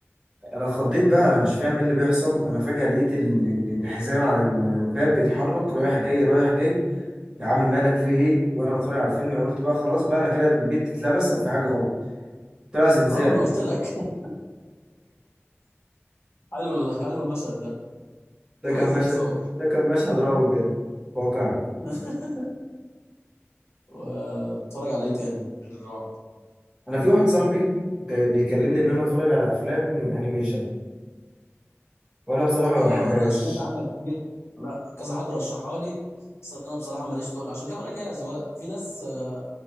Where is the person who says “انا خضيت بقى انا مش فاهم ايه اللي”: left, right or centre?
Right